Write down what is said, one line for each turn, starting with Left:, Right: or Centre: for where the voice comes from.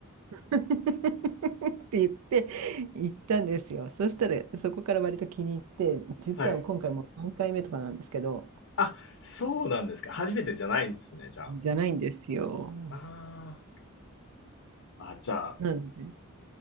Right: う <laughs> って言って行ったんですよ。そしたらそこから割と気に入って、実は今回もう3回目とかなんですけど、
Left: はい。あ、そうなんですか。初めてじゃないんですね、じゃあ。
Right: じゃないんですよ。
Left: ああ、あじゃあ、
Right: なので、